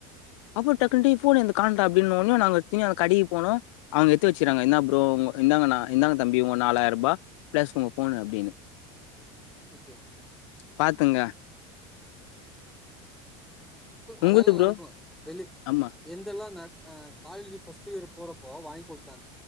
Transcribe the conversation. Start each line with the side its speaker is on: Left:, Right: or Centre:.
Left: அப்ப டக்குன்டி ஃபோன் என்த காணோட அப்டின்னோஞூ நாங்க திமி கடிக் போனோ அங்க எடுத்து வச்சராங்க என்ன ப்ரோ இந்தாங்கனா இந்தாங்க தம்பி உங்க நாலாயிர ருபா ப்ளஸ் உங்க போனு அப்டின்னு
Centre: ஓகே
Left: பாத்துங்க உங்களுது
Centre: அதெல்லா
Left: ப்ரோ
Centre: நடக்கு வெளி
Left: ஆமா
Centre: என்தெல்லா நட அஹ் காலேஜ் ஃபஸ்ட் இயர் போறப்போ வாங்கி் குடுத்தாங்க